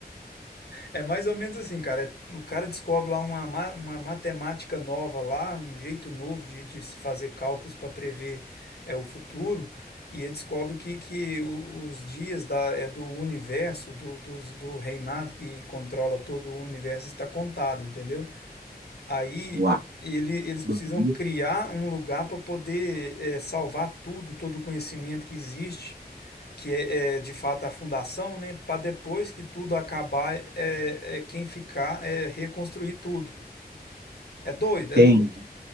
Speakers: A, on the left; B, on the right.
A: É mais ou menos assim, cara. é, O cara descobre lá uma, ma- uma matemática nova lá, um jeito novo de, de se fazer cálculos para prever é, o futuro, e ele descobre que, que o- os dias da, é, do universo, do, dos- do reinado que controla todo o universo está contado, entendeu? Aí
B: Uai,
A: ele- eles precisam
B: do livro,
A: criar um lugar para poder é, salvar tudo, todo o conhecimento que existe que é, é, de fato a fundação, né? Para depois que tudo acabar, é, é quem ficar é reconstruir tudo. É doido, é
B: tem.
A: doido.